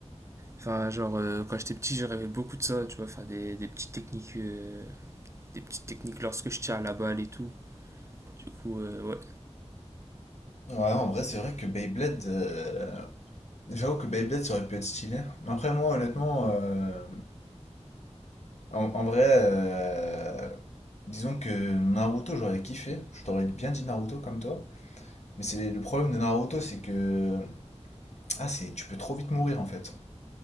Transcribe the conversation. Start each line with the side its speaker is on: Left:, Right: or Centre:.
Right: Enfin, genre, euh, quand j'étais petit, je rêvais beaucoup de ça, tu vois, faire des, des petites techniques, euh, des petites techniques lorsque je tire la balle et tout. Du coup, euh, ouais,
Left: ouais, en vrai, c'est
Right: Ouais,
Left: vrai que Beyblade. euh, J'avoue que Beyblade, ça aurait pu être stylé. Mais Après, moi, honnêtement, euh, en, en vrai, euh, disons que Naruto, j'aurais kiffé. Je t'aurais bien dit Naruto comme toi. Mais c'est le problème de Naruto, c'est que. Ah, c'est, tu peux trop vite mourir, en fait.